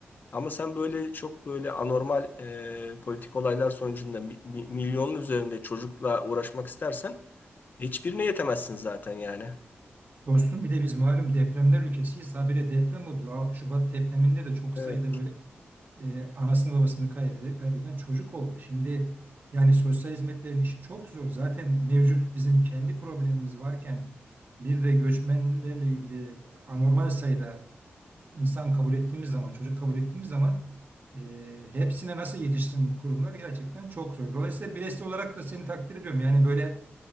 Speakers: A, on the left; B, on the right.
A: Ama sen böyle çok böyle anormal e, politik olaylar sonucunda mi- mi- milyonun üzerinde çocukla uğraşmak istersen hiçbirine yetemezsin zaten yani.
B: Dostum bir de biz malum depremler ülkesiyiz. Habire deprem oluyor. 6 Şubat depreminde de çok
A: Evet.
B: sayıda böyle e, anasını babasını kaybeden, kaybeden çocuk oldu. Şimdi yani sosyal hizmetlerin işi çok zor. Zaten mevcut bizim kendi problemimiz varken bir de göçmenlerle ilgili anormal sayıda insan kabul ettiğimiz zaman, çocuk kabul ettiğimiz zaman e, hepsine nasıl yetişsin bu kurumlar gerçekten çok zor. Dolayısıyla bireysel olarak da seni takdir ediyorum. Yani böyle